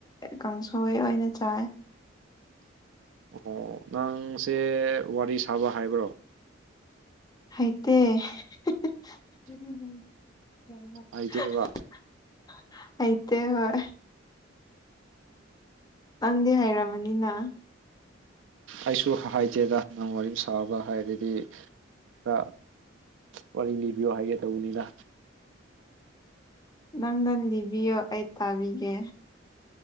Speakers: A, on the left; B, on the right.
A: ꯀꯥꯡꯁꯣꯏ ꯑꯣꯏꯅ ꯆꯥꯏ
B: ꯑꯣ ꯅꯪꯁꯦ ꯋꯥꯔꯤ ꯁꯥꯕ ꯍꯥꯏꯕ꯭ꯔꯣ
A: ꯍꯩꯇꯦ <unintelligible>
B: ꯍꯩꯇꯦꯕ
A: ꯍꯩꯇꯦ ꯍꯣꯏ ꯅꯪꯗꯤ ꯍꯥꯏꯔꯃꯅꯤꯅ
B: ꯑꯩꯁꯨ ꯍꯥꯏꯖꯦꯗ ꯍꯪ ꯋꯥꯔꯤ ꯁ ꯁꯥꯕ ꯍꯥꯏꯔꯗꯤ ꯈ꯭ꯔ ꯋꯥꯔꯤ ꯂꯤꯕꯤꯌꯣ ꯍꯥꯏꯒꯦ ꯇꯧꯕꯅꯤꯗ
A: ꯅꯪꯅ ꯂꯤꯕꯤꯌꯣ ꯑꯩ ꯇꯥꯕꯤꯒꯦ